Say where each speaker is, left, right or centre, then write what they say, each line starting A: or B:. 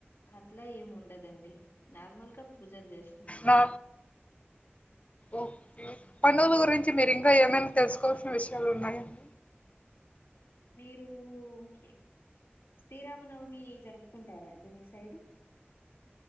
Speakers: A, on the left (about 80°); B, on the left (about 35°).
A: అట్లా ఏం ఉండదండి నార్మల్గా పూజలు చేస్తాం అంతే
B: నా ఓకే పండుగల గురించి మీరు ఇంకా ఏమైనా తెలుసుకోవాల్సిన విషయాలు ఉన్నాయా <inaudible>
A: మీరు ఎ శ్రీరామనవమి జరుపుకుంటారాండి మీ సైడ్